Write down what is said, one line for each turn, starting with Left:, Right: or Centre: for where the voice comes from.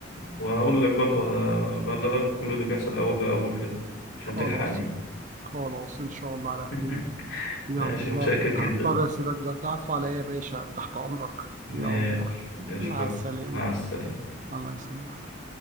Left: وهقول لك برضه هبلغك بكل اللي بيحصل اول باول كده عشان
Right: خلاص
Left: تلحقني
Right: خلاص إن شاء الله على
Left: <laughs>
Right: خير يلا
Left: ماشي متشكر جدا
Right: هضطر أسيبك دلوقتي عفو عليا يا باشا تحت أمرك
Left: ماشي
Right: يلا مع
Left: اشوفك
Right: السلامة
Left: مع السلامة
Right: الله يسلمك